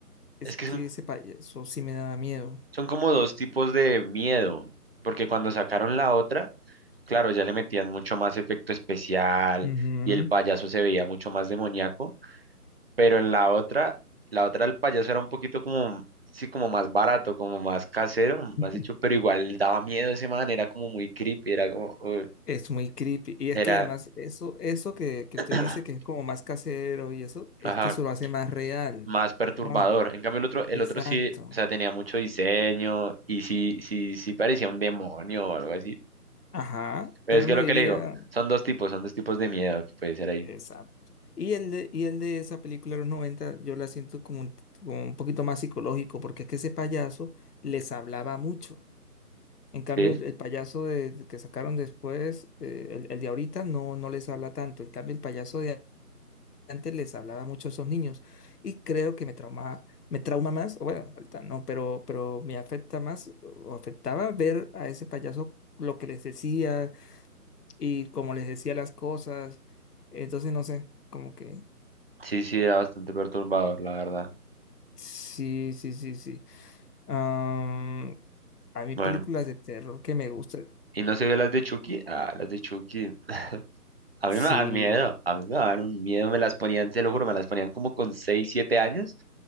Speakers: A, on the left; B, on the right.
A: es
B: es que
A: que
B: son,
A: ese payaso sí me da miedo.
B: son como dos tipos de miedo, porque cuando sacaron la otra Claro, ya le metían mucho más efecto especial
A: Ujú.
B: y el payaso se veía mucho más demoníaco, pero en la otra, la otra el payaso era un poquito como, sí, como más barato, como más casero,
A: <laughs>
B: más hecho, pero igual daba miedo ese man, era como muy creepy, era como, uy,
A: Es muy creepy. Y es
B: era,
A: que además eso, eso que, que
B: <clears throat>
A: usted dice que es como más casero y eso, es
B: ajá,
A: que eso lo hace más real.
B: más perturbador.
A: Juan,
B: En cambio el otro, el
A: exacto.
B: otro sí, o sea, tenía mucho diseño y sí, sí, sí parecía un demonio o algo así.
A: Ajá,
B: Pero
A: pero
B: es que
A: uno
B: lo
A: diría,
B: que le digo, son dos tipos, son dos tipos de miedo que puede ser ahí.
A: exacto. Y el de, y el de esa película de los 90, yo la siento como un, como un poquito más psicológico, porque es que ese payaso les hablaba mucho. En cambio,
B: Sí,
A: el el payaso de- de que sacaron después, eh, el, el de ahorita, no, no les habla tanto. En cambio, el payaso de antes les hablaba mucho a esos niños. Y creo que me trauma, me trauma más, o bueno, ahorita no, pero, pero me afecta más o afectaba ver a ese payaso lo que les decía y como les decía las cosas. Entonces, no sé, como que...
B: sí, sí, era bastante perturbador, la verdad.
A: Sí, sí, sí, sí. Am, a mí
B: Bueno,
A: películas de terror que me gustan.
B: y no se vio las de Chucky. Ah, las de Chucky. A
A: Sí.
B: mí me dan miedo, a mí me dan un miedo, me las ponían, te lo juro, me las ponían como con 6 7 años,